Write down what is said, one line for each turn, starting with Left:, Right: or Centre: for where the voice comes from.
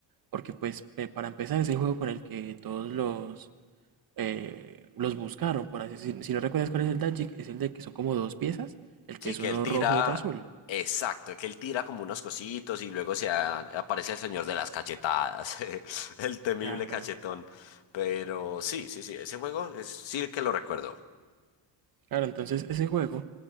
Right: porque pues pe- para empezar es el juego con el que todos los, eh, los buscaron, por así si, si no recuerdas cuál es el Magic, es el de que son como dos piezas, el que
Left: Sí,
Right: es
Left: que
Right: uno
Left: él tira,
Right: rojo y otro azul.
Left: exacto, que él tira como unos cositos y luego se a- aparece el señor de las cachetadas, <laughs> el temible
Right: Claro,
Left: cachetón. Pero sí, sí, sí, ese juego es sí que lo recuerdo.
Right: claro, entonces ese juego